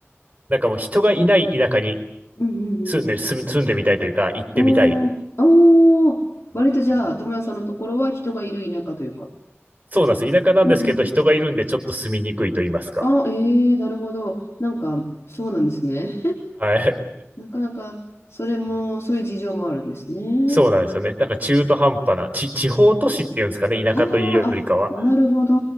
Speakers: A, on the right; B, on the left.
A: なんかもう人がいない田舎に
B: うんうん
A: 住んで、住む、住んでみたいというか、行ってみたい。
B: うん。あーあー、あ割とじゃあ、友也さんのところは人がいる田舎というか。
A: そうなんです。田舎なんですけど、
B: うんうんうん。
A: 人がいるんでちょっと住みにくいと言いますか。
B: あええーなるほど。なんか、そうなんですね。
A: はい。
B: なかなか、それも、そういう事情もあるんですね。
A: そうなんですよね。なんか中途半端な、ち、地方都市っていうんですかね、田舎というよりかは。
B: ああ、あ、なるほど。